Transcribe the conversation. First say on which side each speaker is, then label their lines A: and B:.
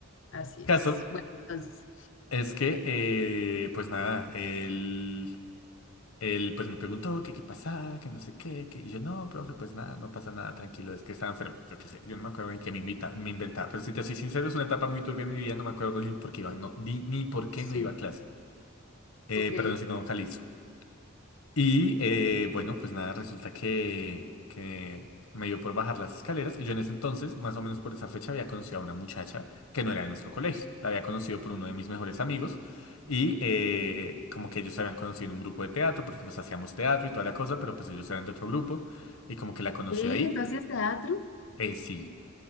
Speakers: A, on the left; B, on the left.
A: Así
B: Caso
A: es. Bueno, entonces,
B: es que, eh, pues nada, él, él pues me preguntó que qué pasaba, que no sé qué, que... y yo no, profe, pues nada, no pasa nada, tranquilo, es que estaba enfermo. Yo qué sé, yo no me acuerdo ni que me invita, me inventaba. Pero si te soy sincero, es una etapa muy turbia en mi vida, no me acuerdo ni por qué iba, no, ni, ni por qué
A: sí,
B: no iba a clase. Eh,
A: ok.
B: perdón si no, Jalisco. Y eh, bueno, pues nada, resulta que, que me dio por bajar las escaleras y yo en ese entonces, más o menos por esa fecha, había conocido a una muchacha que no era de nuestro colegio. La había conocido por uno de mis mejores amigos y eh, como que ellos se habían conocido en un grupo de teatro porque pues hacíamos teatro y toda la cosa, pero pues ellos eran de otro grupo y como que la conoció
A: ¿Qué?
B: ahí.
A: ¿Tú hacías teatro?
B: Eh, sí,